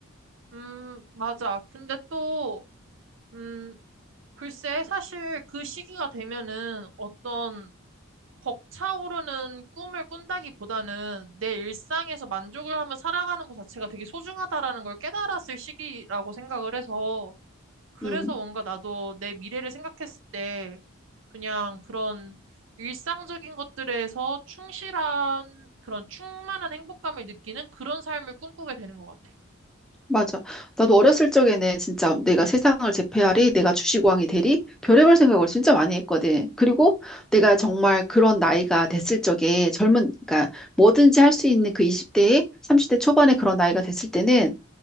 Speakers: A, on the right; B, in the centre.
A: 음, 맞아. 근데 또 음, 글쎄 사실 그 시기가 되면은 어떤 벅차오르는 꿈을 꾼다기보다는 내 일상에서 만족을 하며 살아가는 것 자체가 되게 소중하다라는 걸 깨달았을 시기라고 생각을 해서 그래서
B: 음,
A: 뭔가 나도 내 미래를 생각했을 때 그냥 그런 일상적인 것들에서 충실한 그런 충만한 행복감을 느끼는 그런 삶을 꿈꾸게 되는 것 같아.
B: 맞아. 나도 어렸을 적에는 진짜 내가 세상을 제패하리, 내가 주식왕이 되리, 별의별 생각을 진짜 많이 했거든. 그리고 내가 정말 그런 나이가 됐을 적에 젊은, 그러니까 뭐든지 할 수 있는 그 20대에 30대 초반에 그런 나이가 됐을 때는